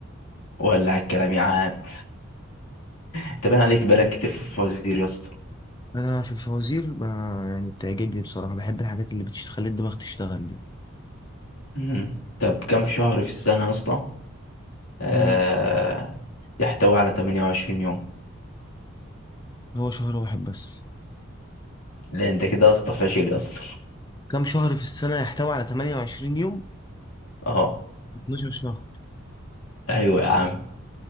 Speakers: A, on the left (about 70°); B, on the left (about 20°).
A: ولا على الكلام يا عم انت باين عليك بقالك كتير في الفوازير يا اسطى
B: انا في الفوازير ب... يعني بتعجبني بصراحه بحب الحاجات اللي بتخلي الدماغ تشتغل دي
A: مم. طب كام شهر في السنه يا اسطى آه
B: مم.
A: يحتوي على 28 يوم
B: هو شهر واحد بس
A: لأن أنت كده يا اسطى فاشل يا اسطى <laughs>
B: كم شهر في السنه يحتوي على 28 يوم
A: أه
B: 12 شهر
A: أيوه يا عم